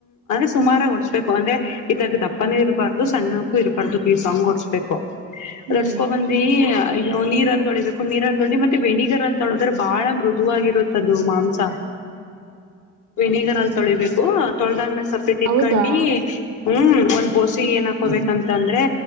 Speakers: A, on the left; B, on the right.
A: ಸುಾಮರು <unintelligible> ಓಡ್ಸ್ಬೇಕು ಅಂದ್ರೆ ಇದಾಗ ದಪ್ಪನ ಇರಬಾರ್ದು ಸಣ್ಣಕ್ಕೂ ಇರಬಾರ್ದು ಪೀಸಾಂಗ್ ಓಡ್ಸ್ಬೇಕು
B: ಹ್ಮ್
A: ಡ್ಸ್ಕೊ ಬಂದಿ <unintelligible> ನೀರಲ್ಲಿ ತೊಳಿಬೇಕು ನೀರಲ್ಲಿ ತೊಳಿ ಮತ್ತೆ ವೆನಿಗರ್ ಅಲ್ಲಿ ತೊಳದ್ರೆ ಬಹಳ ಮೃದುವಾಗಿರುತ್ತದು ಮಾಂಸ
B: ಹ <inaudible> <unintelligible>
A: ವಿನಿಗರ್ ಅಲ್ಲಿ ತೊಳಿಬೇಕು ತೊಳೆದಾದ್ಮೇಲೆ ಸಪ್ರೇಟ್
B: ಹೌದಾ
A: ಇಟ್ಕೊಂಡು <unintelligible> ಹ್ಮ್ ಒಂದ್ ಬೋಸೆ ಏನ್ ಹಾಕೋಬೇಕಂತ
B: ಹ್ಮ್
A: ಅಂದ್ರೆ